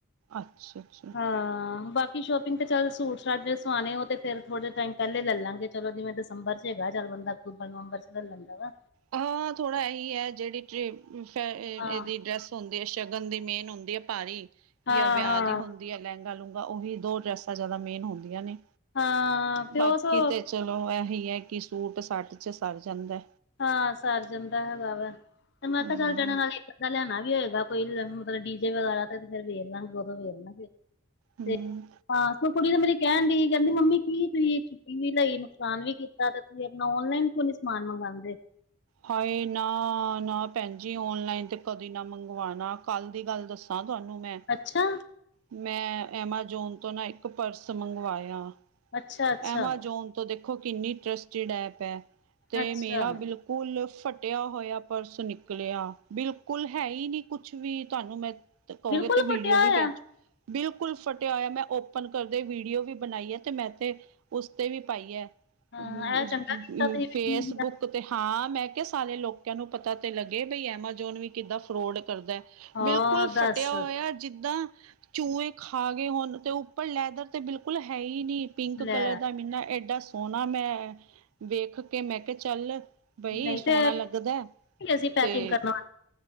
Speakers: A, on the right; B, on the left.
A: ਅੱਛਾ, ਅੱਛਾ।
B: ਹਾਂ ਬਾਕੀ ਸ਼ੋਪਿੰਗ ਤੇ ਚੱਲ ਸੂਟ ਸ਼ਾਟ ਜੇ ਸਵਾਣੇ ਉਹ ਤੇ ਫਿਰ ਥੋੜੇ ਟਾਈਮ ਪਹਿਲੇ ਲਵਾਂਗੇ ਚਲੋ ਜਿਵੇ ਦਸੰਬਰ ਚ ਹੈਗਾ ਚੱਲ ਬੰਦਾ ਅਕਤੂਬਰ ਨਵੰਬਰ ਚ ਲੈ ਲੈਂਦਾ ਵਾ,
A: ਹਾਂ ਥੋੜ੍ਹਾ ਇਹੀ ਹੈ ਜਿਹੜੀ ਟ੍ਰੀ ਇਹਦੀ
B: ਹਾਂ
A: ਡਰੈਸ ਹੁੰਦੀ ਹੈ ਸ਼ਗਨ ਦੀ ਮੇਨ ਹੁੰਦੀ ਹੈ ਭਾਰੀ
B: ਹਾਂ
A: ਜਾਂ ਵਿਆਹ
B: ਹਾਂ
A: ਦੀ ਹੁੰਦੀ ਦੀ ਆ ਲਹਿੰਗਾ ਲੂੰਗਾ ਉਹੀ ਦੋ ਡਰੈਸਾਂ ਜਿਆਦਾ ਮੇਨ ਹੁੰਦੀਆਂ ਨੇ
B: ਹਾਂ ਤੇ
A: ਬਾਕੀ
B: ਉਹ ਸੋ
A: ਤੇ ਚਲੋ ਇਹੀ ਹੈ ਕਿ ਸੂਟ ਸਾਟ 'ਚ ਸਰ ਜਾਂਦਾ
B: ਹਾਂ ਸਰ ਜਾਂਦਾ ਹੈਗਾ ਵਾ ਤੇ ਮੈਂ
A: ਹਮ
B: ਕਿਹਾ ਚੱਲ ਜਿਹੜਾ ਨਾਲ ਇਕ ਦਾ ਲਿਆਣਾ ਵੀ ਹੋਏਗਾ ਕੋਈ ਮਤਲਬ ਡੀਜੇ ਵਗੈਰਾ ਤੇ ਫੇਰ ਵੇਖ ਲਾਗੇ ਉਹਦੋ ਵੇਖ ਲਾਗੇ
A: ਹਮ
B: ਤੇ ਹਾਂ ਸੋ ਕੁੜੀ ਤਾਂ ਮੇਰੀ ਕਹਿਣ ਡਈ ਕਹਿੰਦੀ ਮੰਮੀ ਕੀ ਤੁਸੀਂ ਵੀ ਲਈ ਨੁਕਸਾਨ ਵੀ ਕੀਤਾ ਤੇ ਤੁਸੀਂ ਆਪਣਾ ਔਨਲਾਈਨ ਕਿਉਂ ਨੀ ਸਮਾਨ ਮੰਗਉਂਦੇ
A: ਹਾਏ ਨਾ ਨਾ ਭੈਣਜੀ ਓਨਲਾਈਨ ਤੇ ਕਦੇ ਨਾ ਮੰਗਵਾਉਣਾ ਕੱਲ ਦੀ ਗੱਲ ਦੱਸਾਂ ਤੁਹਾਨੂੰ ਮੈਂ,
B: ਅੱਛਾ
A: ਮੈਂ ਐਮਾਜੋਨ ਤੋਂ ਨਾ ਇੱਕ ਪਰਸ ਮੰਗਵਾਇਆ
B: ਅੱਛਾ ਅੱਛਾ
A: ਐਮਾਜੋਨ ਤੋ ਦੇਖੋ ਕਿੰਨੀ ਇੰਟਰਸਟੀਡ ਐਪ ਹੈ ਤੇ
B: ਅੱਛਾ
A: ਮੇਰਾ ਬਿਲਕੁਲ ਕੁਲ ਫਟਿਆ ਹੋਇਆ ਪਰਸ ਨਿਕਲਿਆ ਬਿਲਕੁਲ ਹੈ ਹੀ ਨਹੀਂ ਕੁਛ ਵੀ ਤੁਹਾਨੂੰ ਮੈਂ ਤੇ ਕਹੋਗੇ
B: ਬਿਲਕੁਲ
A: ਤੇ ਵੀਡੀਓ
B: ਫਟਿਆ
A: ਵੀ
B: ਹੋਇਆ
A: ਭੇਜਾ ਬਿਲਕੁਲ ਫਟਿਆ ਹੋਇਆ ਮੈਂ ਓਪਨ ਕਰਦੇ ਵੀਡੀਓ ਵੀ ਬਣਾਈ ਆ ਤੇ ਮੈਂ ਤੇ, ਉਸ ਤੇ ਵੀ ਪਾਈ ਏ
B: ਹਾਂ
A: ਅਮ
B: ਇਹ
A: ਅਮ
B: ਚੰਗਾ ਕੀਤਾ ਤੁਸੀਂ
A: ਫੇਸਬੁੱਕ, ਤੇ ਹਾਂ ਮੈਂ ਕਿਹਾ ਸਾਰੇ ਲੋਕਾਂ ਨੂੰ ਪਤਾ ਤੇ ਲੱਗੇ ਬਈ ਐਮਾਜੋਨ ਵੀ ਕਿੱਦਾਂ ਫਰੋਡ ਕਰਦਾ,
B: ਹਾਂ
A: ਬਿਲਕੁਲ
B: ਦੱਸ
A: ਫਟਿਆ ਹੋਇਆ। ਜਿੱਦਾਂ ਚੂਹੇ ਖਾ ਗਏ ਹੋਣ ਤੇ ਉੱਪਰ ਲੈਦਰ ਤੇ ਬਿਲਕੁਲ ਹੈ ਈ ਹੀ ਨਹੀਂ, ਪਿੰਕ
B: ਲੈ
A: ਕਲਰ ਦਾ ਮੀਨਾ ਏਡਾ ਸੋਹਣਾ ਮੈਂ ਵੇਖ ਕੇ ਮੈਂ ਕਿਹਾ ਚੱਲ, ਬਈ
B: ਨਹੀਂ
A: ਸੋਹਣਾ
B: ਤੇ
A: ਲੱਗਦਾ
B: ਅਸੀਂ ਪੈਕਿੰਗ
A: ਤੇ,
B: ਕਰਨ